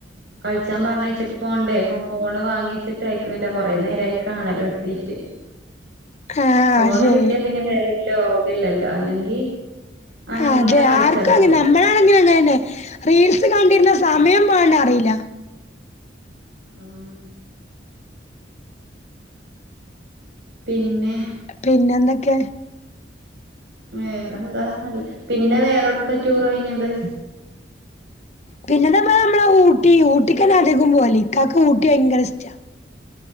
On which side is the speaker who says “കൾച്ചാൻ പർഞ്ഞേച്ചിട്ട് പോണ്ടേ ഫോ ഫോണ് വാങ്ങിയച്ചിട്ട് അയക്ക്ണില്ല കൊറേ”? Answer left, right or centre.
Right